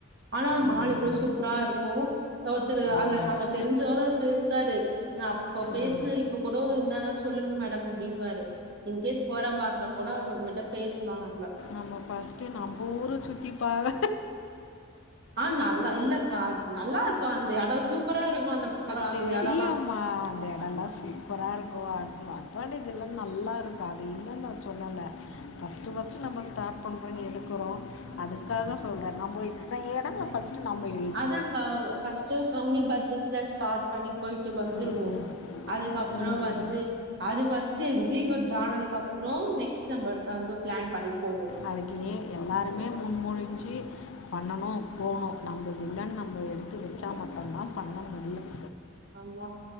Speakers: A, on the right; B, on the left.
A: ஆனா
B: ம்
A: மாலுக்குள்ள சூப்பரா இருக்கு ஒருத்தரு அல்ல
B: ஆமாம்
A: அங்க தெரிஞ்சோர ஒருத்தர் இருக்காரு நா அப்ப பேஸ்
B: ம்
A: ன இப்ப கூட என்னா சொல்லுங்க மடம் அப்டினுவாரு இன்கேஸ் போற மாரி இருந்தா கூட அவரு உங்கிட்ட பேசலா நம்ப
B: ஆமா ஃபஸ்ட்டு நம்ம ஊர சுத்தி பார
A: ஆ நல்லா இல்லப்பா நல்லா இருக்கு அந்த எடோ சூப்பரா இருக்கு அந்த எடோ அந்த
B: தெரியும்மா
A: எடோல்லா
B: அந்த எடோல்லா சு சூப்பரா இருக்கு அந் அட்வான்டேஜ் எல்லா நல்லா இருக்கு அது இல்லன் நா சொல்லல ஃபஸ்ட்டு ஃபஸ்ட்டு நம்ம ஸ்டாட் பண்றோ எடுக்குறோ அதுக்காக சொல்ற நம்ம இந்த எடங் ஃபஸ்ட்டு நம்ம இல்
A: அதா கா ஃபர்ஸ்ட்டு கம்மி பட்ஜெட்ல ஸ்டாட் பண்ணி போய்ட்டு வந்துருவோ
B: ம்
A: அதுக்கப்பறோ
B: ம்
A: வந்து அது ஃபஸ்ட்டு எக்ஸிக்யூட் ஆனதுக்கப்புறோ நெக்ஸ்ட்டு நம்ம நம்ப ப்ளன் பண்ணி போவோ
B: அதுக்கினு எல்லாருமே முன் மூன் இன்ச்சு பண்ணணு போணு நம்மது இல்லன்னு நம்ம எடுத்து வச்சா மட்டுந்தா பண்ண முடியும்
A: ஆமா